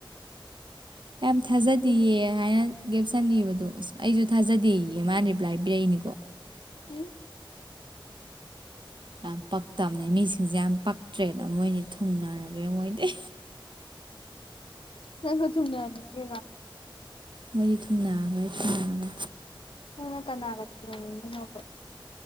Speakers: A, on the right; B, on the left.
A: ꯌꯥꯝ ꯊꯥꯖꯗꯤꯌꯦ ꯍꯥꯏꯅ ꯒꯦꯞꯁꯟ ꯏꯕꯗꯣ ꯑꯁ ꯑꯩꯁꯨ ꯊꯥꯖꯗꯦꯌꯦ ꯃꯥꯅ ꯔꯤꯄ꯭ꯂꯥꯏ ꯄꯤꯔꯛꯏꯅꯤꯀꯣ
B: ꯎꯝ
A: ꯌꯥꯝ ꯄꯛꯇꯝꯅꯦ ꯃꯤꯁꯤꯡꯁꯦ ꯌꯥꯝ ꯄꯛꯇ꯭ꯔꯦꯅ ꯃꯣꯏꯅꯤ ꯊꯨꯡꯅꯔꯒꯦ ꯃꯣꯏꯗꯤ
B: ꯅꯪꯁꯨ ꯊꯨꯡꯅꯅꯤꯡꯉꯤꯔꯣ
A: ꯃꯣꯏꯗꯤ ꯊꯨꯡꯅꯥꯒ꯭ꯔꯦ ꯊꯨꯡꯅꯥꯒ꯭ꯔꯦ
B: ꯅꯪꯅ ꯀꯅꯥꯒ ꯊꯨꯡꯅꯅꯤꯡꯉꯤꯅꯣꯕ